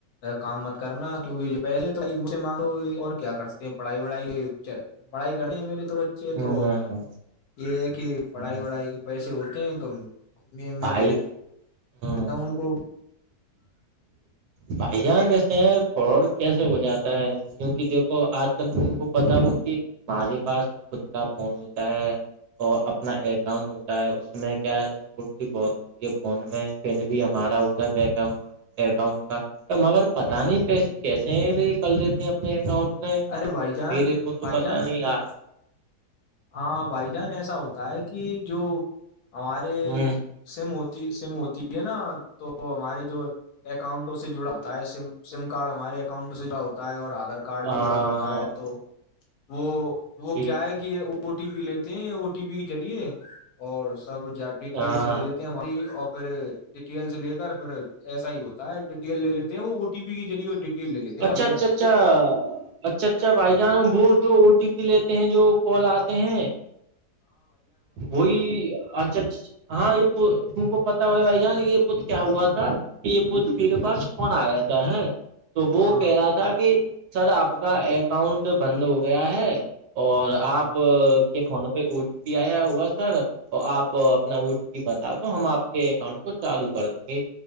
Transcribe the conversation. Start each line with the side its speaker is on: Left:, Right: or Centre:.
Left: کام مت کرنا کیونک پیسے مجھ سے مانگے اور کیا کر سکتے ہیں پڑھائی وڑھائی پڑھائی کرتے ہیں میرے تو بچے
Right: ہ
Left: تو یہ ہے کہ پڑھائی
Right: ہ
Left: وڑھائی پہل سے ہوتے ہیں تو د
Right: بھائی
Left: د
Right: ہ
Left: تا ان کو
Right: بھائی جان ویسے ہیں فور کیسے ہو جاتا ہے کیوںکہ دیکھو آج کل ت کو پتا ہو کہ ہمارے پاس خود کا فون ہوتا ہے اور اپنا اکاؤنٹ ہوتا ہے اس میں کیا ہے بھی بہت ہوتی ہے فون میں پن بھی ہمارا ہوتا ہے بیک گراؤن اکاؤنٹ کا تو مگر پتاہ نہیں پیسے کیسے بھی کر لیتے ہیں اپنے اکاؤنٹ میں
Left: ارے بھائی جان
Right: میرے کو تو
Left: بھائی
Right: پتا
Left: جان
Right: نہیں آ
Left: ہاں بھائی جان ایسا ہوتا ہے کہ جو ہمارے
Right: ہاں
Left: سیم ہوتی سیم ہوتی ہے نا تو ہمارے جو اکاؤنٹوں سے جڑا ہوتا ہوتا ہے س سم کارڈ ہمارے اکاؤنٹ میں جڑا ہوتا ہے اور آدھار کارڈ بھی
Right: ہاں
Left: جڑا ہوتا ہے تو وہ وہ
Right: جی
Left: کیا ہے گ یہ او ٹی پی لیتے ہیں او ٹی پی کے ذریعے اور سب ڈیٹیلس
Right: ہاں
Left: لے لیتے اور پھر ڈٹیلس لے کر پھر ایسا ہی ہوتا ہے ڈیٹیل لے لیتے ہیں وہ ا ٹیی کے ذریے ڈٹیل لے لیتے ہیں
Right: اچھا
Left: بائی جان
Right: اچھا اچھا اچھا اچھا بھائی جان وہ جو او ٹی پی لیتے ہیں جو کال آتے ہیں وہی اچھا اچھا اچا ہاں یہ تم کو پتا ہو ہے بھائی جان یہ پوت کیا ہوا تھا پ پت پیر پاس فن آیا تھا ہے تو وہ
Left: ہاں
Right: کہہ رہا تھا کہ سر آپ کا اکاؤنٹ بند ہو گیا ہے اور
Left: ہ
Right: آپ کے فون پہ او ٹی پی آیا ہوا سر اور آپ اپنا او ٹی پی بتا دو ہم آپ کے اکاؤنٹ کو چالو کر دیں گے